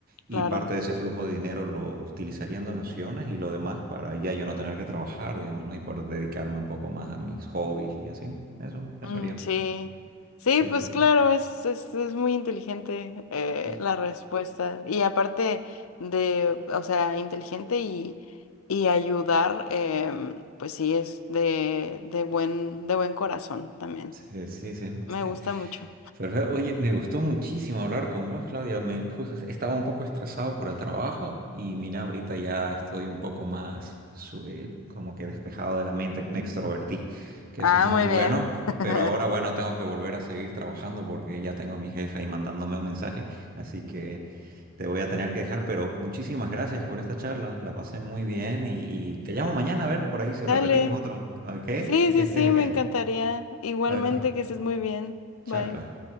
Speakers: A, on the right (about 40°); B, on the left (about 80°).
A: y
B: claro.
A: parte de ese flujo de dinero lo utilizaría en donaciones y lo demás para ya yo no tener que trabajar, digamos, ¿no? Y poder dedicarme un poco más a mis hobbies y así. Eso, eso
B: Mm,
A: haría.
B: sí, sí,
A: Sí,
B: pues
A: sí, sí.
B: claro, es, es, es muy inteligente eh,
A: Uh,
B: la respuesta. Y aparte de, o sea, inteligente y, y ayudar, em, pues sí, es de, de buen, de buen corazón también.
A: Sí, sí, sí, sí.
B: Me gusta mucho.
A: Perfecto. Oye, me gustó muchísimo hablar con vos, Claudia. Me, justo estaba un poco estresado por el trabajo y mira, ahorita ya estoy un poco más su- eh, como que despejado de la mente. Me extrovertí, que
B: Ah,
A: eso es muy
B: muy
A: bueno.
B: bien. <laughs>
A: Pero ahora, bueno, tengo que volver a seguir trabajando porque ya tengo a mi jefe ahí mandándome un mensaje. Así que te voy a tener que dejar. Pero muchísimas gracias por esta charla. La pasé muy bien y, y te llamo mañana a ver por ahí si repetimos
B: Dale.
A: otro. ¿Ok? Que
B: Sí, sí,
A: estés
B: sí,
A: bien.
B: me encantaría. Igualmente
A: Ok.
B: que estés muy bien. Bye.
A: Chao, Claudia.